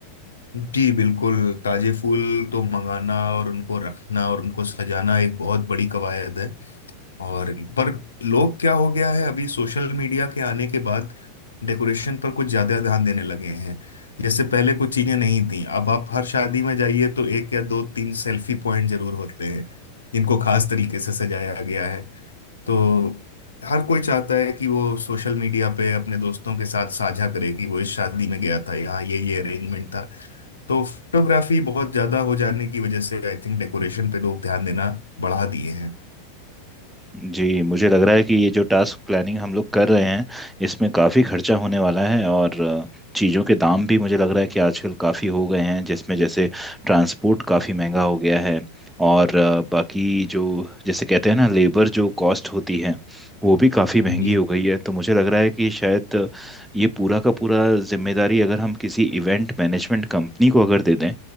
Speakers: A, on the left (about 70°); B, in the centre.
A: जी बिल्कुल ताजे फूल तो मंगाना और उनको रखना और उनको सजाना एक बहुत बड़ी कवायद है और पर लोग क्या हो गया है अभी सोशल मीडिया के आने के बाद डेकोरेशन पर कुछ ज्यादा ध्यान देने लगे हैं जैसे पहले कुछ चीजें नहीं थी अब आप हर शादी में जाइए तो एक या दो तीन सेल्फी पॉइंट जरूर होते हैं जिनको खास तरीके से सजाया गया है तो हर कोई चाहता है कि वो सोशल मीडिया पे अपने दोस्तों के साथ साझा करे कि वो इस शादी में गया था यहाँ ये ये अरेंजमेंट था तो फोटोग्राफी बहुत ज्यादा हो जाने की वजह से आई थिंक डेकोरेशन पे लोग ध्यान देना बढ़ा दिए हैं
B: जी मुझे लग रहा है कि ये जो टास्क प्लानिंग हम लोग कर रहे हैं इसमें काफ़ी खर्चा होने वाला है और चीज़ों के दाम भी मुझे लग रहा है कि आजकल काफ़ी हो गए हैं जिसमें जैसे ट्रांसपोर्ट काफ़ी महंगा हो गया है और अ, बाकी जो जैसे कहते हैं ना लेबर जो कॉस्ट होती है वो भी काफ़ी महंगी
A: जी
B: हो गई है तो मुझे लग रहा है कि शायद ये पूरा का पूरा जिम्मेदारी अगर हम किसी इवेंट मैनेजमेंट कंपनी को अगर दे दें